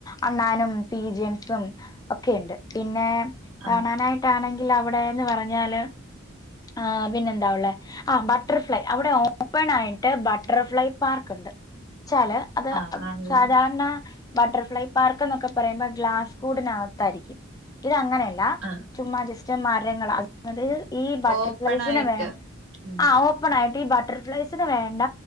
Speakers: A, on the left; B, on the right.
A: അണ്ണാനും പി ജെംസും ഒക്കെയുണ്ട് പിന്നെ.
B: ആഹ്
A: കാണാനായിട്ടാണെങ്കിൽ അവിടെന്ന് പറഞ്ഞാല് ആ പിന്നെന്താ ഉള്ളേ. ആഹ് ബട്ടർഫ്ലൈ അവിടെ ഓപ്പൺ ആയിട്ട് ബട്ടർഫ്ലൈ പാർക്ക്ണ്ട് ചാല്. അത്
B: ആഹ് ആണല്ലേ
A: സാധാരണ. ബട്ടർഫ്ലൈ പാർക്ക്ന്നൊക്കെ പറയുമ്പൊ ഗ്ലാസ് കൂടിനകത്തായിരിക്കും ഇത് അങ്ങനെയല്ല.
B: ആഹ്.
A: ചുമ്മാ ജസ്റ്റ് മരങ്ങളാ അത് ഈ.
B: ഓപ്പണായിട്ട്
A: ട്ടർഫ്ലയ്സ്നെ വേണം
B: ഉം
A: ആ ഒപ്പണായിട്ട് ഈ ബട്ടർഫ്ലൈസ്. സ്നെ വേണ്ട